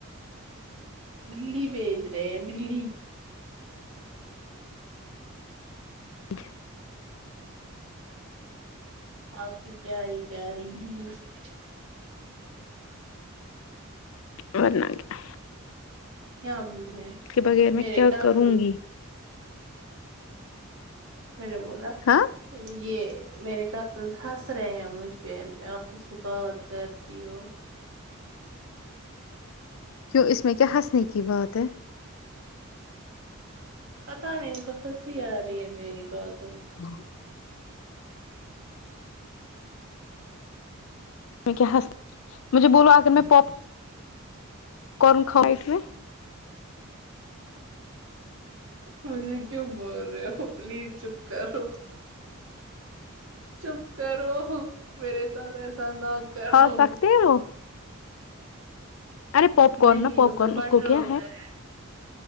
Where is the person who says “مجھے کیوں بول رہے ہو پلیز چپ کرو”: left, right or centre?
Right